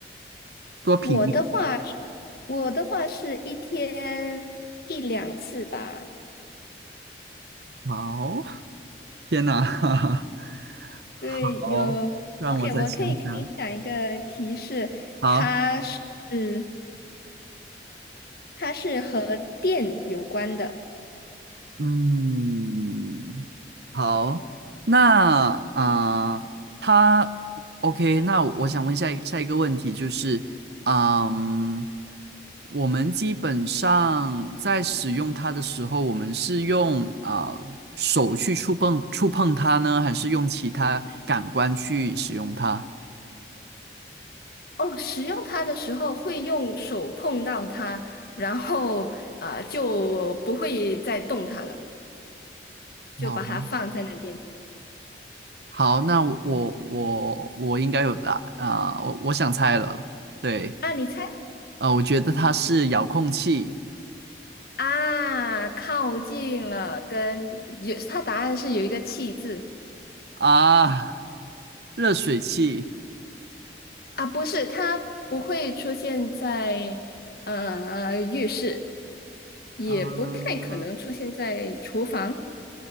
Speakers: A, on the right; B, on the left.
A: 多频率？
B: 我的话是，我的话是一天一两次吧。
A: 好，天哪，<laughs> 哈哈好，
B: 对，有。
A: 让我再想想。
B: OK，我可以跟你讲一个提示，
A: 好，
B: 它是它是和电有关的。
A: 嗯。好，那啊、呃他 OK，那我想问下一下一个问题，就是，嗯，我们基本上在使用它的时候，我们是用啊、呃手去触碰触碰它呢，还是用其他感官去使用它？
B: 哦，使用它的时候会用手碰到它，然后呃就不会再动它了，就把它放在那边。
A: 哦，好，那我我我应该有答啊、我我想猜了，对，
B: 啊，你猜？
A: 啊、我觉得它是遥控器
B: 啊，靠近了，跟有，它答案是有一个气字
A: 啊，热水器。
B: 啊，不是，它不会出现在呃浴室，也不太可能出现在厨房，
A: 啊、